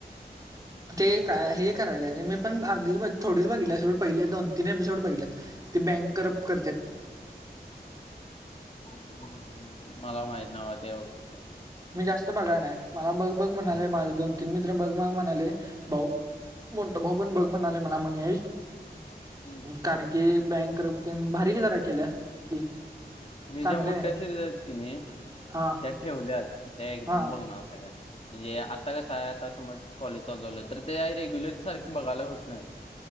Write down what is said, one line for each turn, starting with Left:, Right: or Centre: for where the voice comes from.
Right: ते काय हे करायचं रे मी पण अर्धीच बघि थोडीच बघितली सोड. पहिले दोन तीन एपिसोड बघितल्यात बँक करप्ट करत्यात.
Left: <inaudible> हम्म हम्म मला माहिती नाही बाबा त्याबाबतीत काय?
Right: मी जास्त बागाय नाही मला बघ -बघ म्हणाले माझ दोन तीन मित्र बघ मग म्हणाले भाऊ मोठ भाऊ पण बघ म्हणालय आले मला मणी ऐश
Left: हम्म
Right: कारण की बँक करप्ट तेन भारी की जरा केल्या. ती
Left: मी
Right: चांगले
Left: ज्या मोठ्या
Right: आहे.
Left: सिरीज आहेत की नाही
Right: हा
Left: त्या ठेवल्या. <unintelligible> त्या एकदम
Right: हा
Left: बघणार सगळ्या म्हणजे आता कस आता समझ कॉलेज चालू झालं तर <unintelligible> रेग्युलर सारखे बघायला होत नाही.